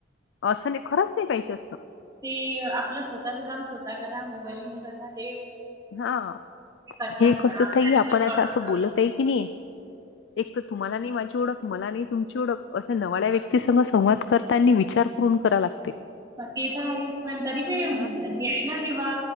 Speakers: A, on the left; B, on the right.
A: असं ते खरंच नाहीं पाहिजे असं
B: ते आपलं स्वंतःचं कामं स्वंतः चं करां मोबाईल घेऊंन बसां ते
A: हां
B: कथा
A: हे
B: म्हणा
A: कसं तांई
B: प्रश्न
A: आपणं
B: सोडवणं
A: आतां असं बोलतं आहे की नाहीं एक तरं तुम्हांला नाहीं माझी ओळंख मलां नाहीं तुमंची ओळंख असे नवाळ्यां व्यक्तीस संवाद करतांनी विचारं करूंन करां लागते
B: ते तरं आहेस पणं तरी प
A: हा
B: हे नां की बां